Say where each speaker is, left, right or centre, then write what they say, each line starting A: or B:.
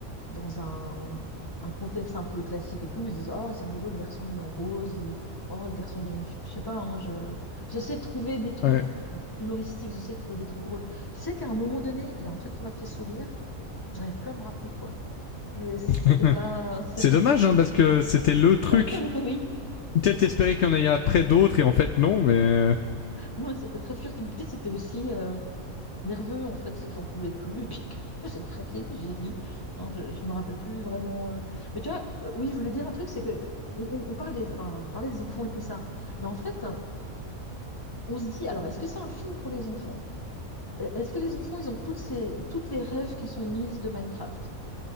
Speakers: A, on the left; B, on the left.
A: dans un un contexte un peu classique et tout, ils se disent oh c'est rigolo le garçon il est en rose, il... oh le garçon dirait une fille, je sais pas, hein, je J'essaie de trouver des trucs
B: Ouais.
A: humoristiques, j'essaie de trouver des trucs drôles. Je sais qu'à un moment donné, il y a un truc qui m'a fait sourire. J'arrive plus à me rappeler quoi. Mais c'était
B: <laughs>
A: pas, <laughs> c'était
B: c'est dommage,
A: furtif.
B: hein, parce que c'était le truc.
A: <laughs> Oui,
B: Peut-être espérer qu'il y en ait après d'autres, et en fait, non, mais...
A: Non, mais c'était très furtif. Peut-être c'était aussi euh, nerveux en fait, c'est que j'en pouvais plus <laughs> et puis que <laughs> j'ai craqué puis j'ai ri. Non, je, je me rappelle plus vraiment. euh. Mais tu vois, euh, oui, je voulais dire un truc, c'est que on, on- on parle des, enfin, on parlait des enfants et tout ça. Mais en fait, on se dit, alors est-ce que c'est un film pour les enfants? Euh, Est-ce que les enfants, ils ont toutes ces, toutes les rêves qui sont mises de Minecraft?